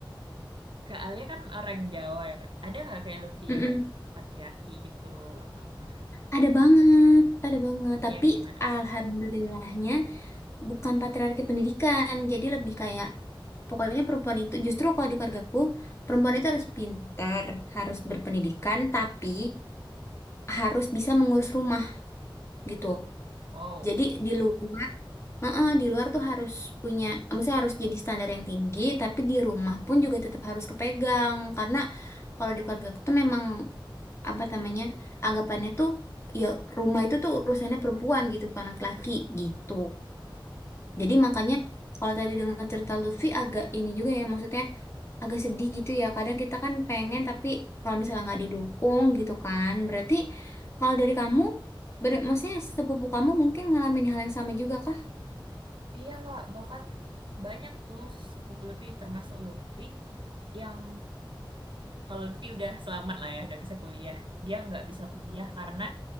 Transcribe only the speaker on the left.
Mm-mm.
Ada banget, ada banget. Tapi
alhamdulillahnya
bukan patriarki pendidikan, jadi lebih kayak pokoknya perempuan itu justru kalau di keluargaku perempuan itu harus pintar, harus berpendidikan, tapi harus bisa mengurus rumah gitu.
Jadi di luar, Heeh, di luar tuh harus punya, maksudnya harus jadi standar yang tinggi, tapi di rumah pun juga tetap harus kepegang karena kalau di keluargaku tuh memang apa namanya anggapannya tuh ya rumah itu tuh urusannya perempuan gitu bukan laki-laki gitu. Jadi makanya kalau tadi dengar cerita Lutfi agak ini juga ya maksudnya agak sedih gitu ya. Kadang kita kan pengen tapi kalau misalnya nggak didukung gitu kan. Berarti kalau dari kamu, bener, maksudnya sepupu kamu mungkin ngalamin hal yang sama juga kah?